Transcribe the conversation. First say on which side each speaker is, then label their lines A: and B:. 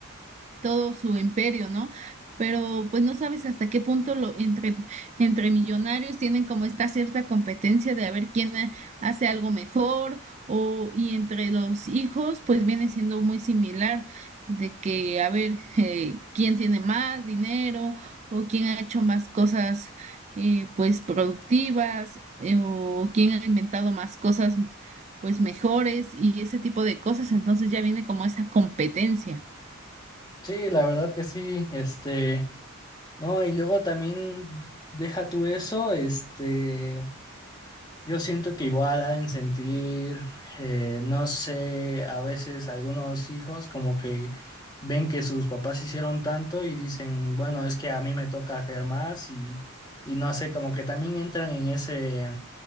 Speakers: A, on the right; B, on the left.
A: todo su imperio, ¿no? Pero pues no sabes hasta qué punto lo, entre, entre millonarios tienen como esta cierta competencia de a ver quién ha- hace algo mejor o y entre los hijos pues viene siendo muy similar de que a ver <laughs> eh, quién tiene más dinero o quién ha hecho más cosas eh, pues productivas eh, o quién ha inventado más cosas pues mejores y ese tipo de cosas, entonces ya viene como esa competencia.
B: Sí, la verdad que sí, este, no, y luego también deja tú eso, este... Yo siento que igual ha de sentir, eh, no sé, a veces algunos hijos como que ven que sus papás hicieron tanto y dicen, bueno, es que a mí me toca hacer más y, y no sé, como que también entran en ese,